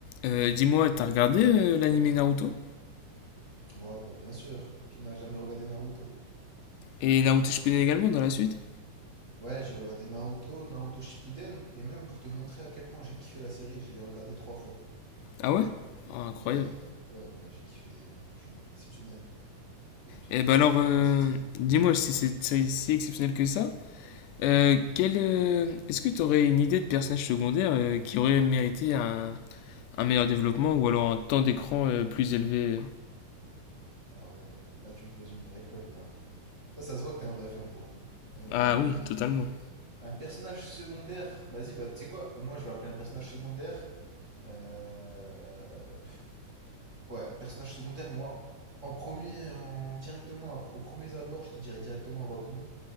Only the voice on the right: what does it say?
Ouais, bah bien sûr, qui n'a jamais regardé Naruto.
Ouais, j'ai regardé Naruto, Naruto Shippuden, et même pour te montrer à quel point j'ai kiffé la série, je l'ai regardé trois fois.
Ouais, trois fois, ouais, j'ai kiffé, euh, franchement, exceptionnel. Il y a tout
qui
est exceptionnel
dans cette série.
Ah ouais, là tu me poses une vraie colle, là. Ça, ça se voit que t'es un vrai fan pour le coup. Euh,
un personnage secondaire, vas-y, bah tu sais quoi, moi je vais appeler un personnage secondaire. euh, Ouais, personnage secondaire, moi, en premier, en- directement, après- au premier abord, je te dirais directement Rock Lee.